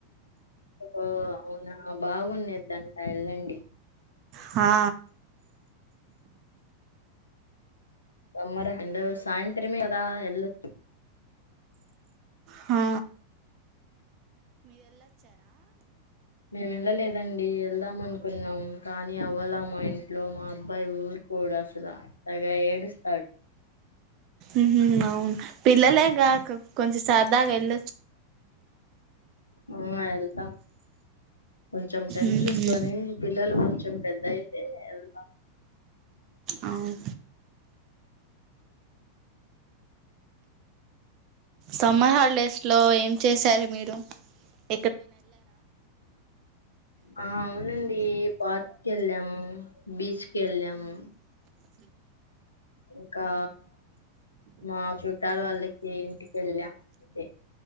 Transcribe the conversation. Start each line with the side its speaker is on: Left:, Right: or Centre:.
Left: ఉ అవునా బాగున్నది అంట వెళ్ళండి
Right: హా
Left: సమ్మరు అండ్ సాయంత్రమే కదా వెళ్లొచ్చు
Right: హా
Left: మేము వెళ్ళలేదండి వెళ్దాం అనుకున్నాం కానీ అవలా మా ఇంట్లో మా అబ్బాయి ఊరుకోడు అసలు అంతగా ఏడుస్త
Right: ఉహు అవును పిల్లలేగా కొంచెం సరదాగా వెళ్ళొచ్
Left: ఆ వెళ్తాం కొంచెం టైం
Right: ఉహు
Left: చూసుకొని పిల్లలు కొంచెం పెద్దగాయితే వెళ్తాం
Right: అవున్ సమ్మర్ హాలిడేస్ లో ఏం చేశారు మీరు లో
Left: ఆ అవునండి పార్క్ కి వెళ్ళాము బీచ్ కి వెళ్ళాము ఇంకా మా చుట్టాలు వాళ్ళకి ఇంటికి వెళ్ళాం అంతే